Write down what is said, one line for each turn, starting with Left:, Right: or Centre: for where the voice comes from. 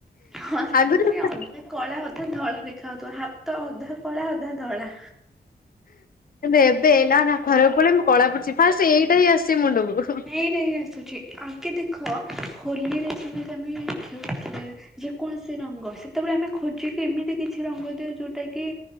Centre: ହଁ
Left: ଆଗୁରୁ
Centre: ପୁଣି
Left: ଉ
Centre: ଅଧା କଳା ଅଧା ଧଳା ଦେଖାହଉଥିବ ହାତ ଅଧା କଳା ଅଧା ଧଳା।
Left: ଏବେ ନା ନା ଖରାକୁ ପଳେଇମି କଳା ପଡିଯିମି ଫାର୍ଷ୍ଟ ଏଇଟା ହିଁ ଆସିଛି ମୁଣ୍ଡକୁ।
Centre: ଏଇରା ହିଁ ଆସୁଛି ଆଗେ ଦେଖ ହୋଲିରେ ଯେମିତି ଆମେ ଖେଳୁଥିଲେ। ଯେକୌଣସି ରଙ୍ଗ ସେତେବେଳେ ଆମେ ଖୋଜିକି ଏମିତି କିଛି ରଙ୍ଗ ଦେଉ ଯୋଉଟା କି।